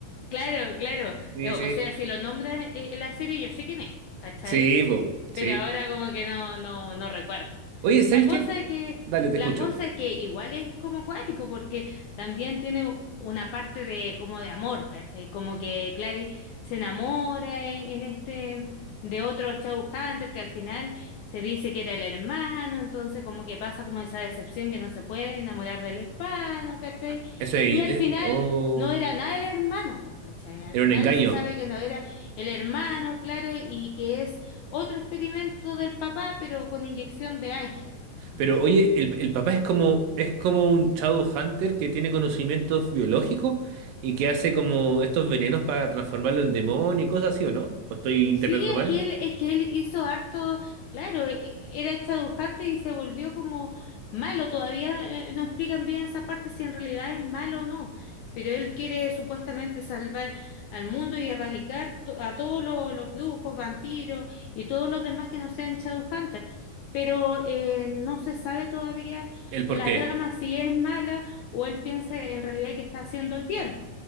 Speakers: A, on the left; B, on the right.
A: Claro, claro.
B: Sí,
A: Eh, O
B: sí.
A: sea, si lo nombra eh, en la serie, yo sé quién es, ¿cachai?
B: Sí, po, sí.
A: pero ahora como que no, no, no recuerdo.
B: Oye, ¿sabes
A: La cosa
B: qué?
A: es que,
B: Dale, te
A: la
B: escucho.
A: cosa es que igual es como cuático, porque también tiene una parte de como de amor, ¿cachai? Como que Clary se enamora en, en este de otro Shadow Hunter que al final se dice que era el hermano, entonces como que pasa como esa decepción que no se puede enamorar del hermano, ¿cachai?
B: Ah, Eso es.
A: Y al
B: es-
A: final
B: oh,
A: no era nada el hermano, pues, ¿cachai? Al
B: era
A: final
B: un engaño.
A: se sabe que no era el hermano, claro, y que es otro experimento del papá, pero con inyección de Ángel.
B: Pero oye, el, el papá es como, es como un Shadowhunter que tiene conocimientos biológicos y que hace como estos venenos para transformarlo en demonio y cosas así, ¿o no? ¿O estoy interpretando
A: Sí,
B: mal?
A: es que él, es que él hizo harto, claro, e- era chadujante y se volvió como malo. Todavía eh, no explican bien esa parte si en realidad es malo o no. Pero él quiere supuestamente salvar al mundo y erradicar to- a todos los, los brujos, vampiros y todos los demás que no sean chadujantes. Pero eh, no se sabe todavía
B: ¿El por
A: la
B: qué?
A: trama si es mala o él piensa en realidad que está haciendo el bien.